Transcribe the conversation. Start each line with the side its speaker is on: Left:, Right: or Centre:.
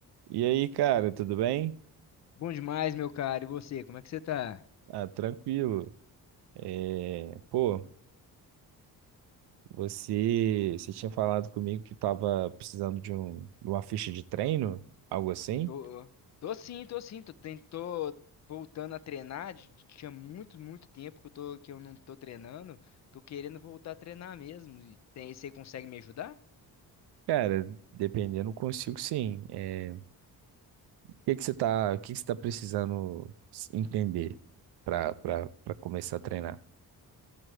Right: E aí, cara, tudo bem?
Left: Bom demais, meu cara. E você, como é que você tá?
Right: Ah, tranquilo. É, pô, você, você tinha falado comigo que tava precisando de, um, de uma ficha de treino, algo assim?
Left: Tô, tô sim, tô sim. Tô, ten- tô voltando a treinar. de- de- Tinha muito, muito tempo que eu tô, que eu não tô treinando. Tô querendo voltar a treinar mesmo. E tem, você consegue me ajudar?
Right: Cara, dependendo, consigo sim. É, o que que você tá, o que que você tá precisando s- entender para para começar a treinar?